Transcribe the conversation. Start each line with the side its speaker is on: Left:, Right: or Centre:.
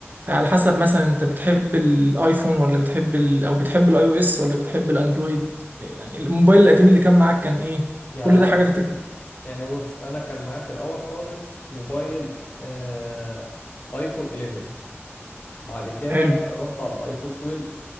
Right: على حسب مثلا انت بتحب الايفون ولا بتحب ال او بتحب الاي او اس ولا بتحب الاندرويد يعني الموبايل القديم اللي كان معاك كان ايه
Left: يعني
Right: كل ده
Left: انا
Right: حاجات هتفرق
Left: يعني بص انا كان معايا في الاول خالص موبايل آه ايفون 11 بعد كده
Right: حلو
Left: رحت على الايفون 12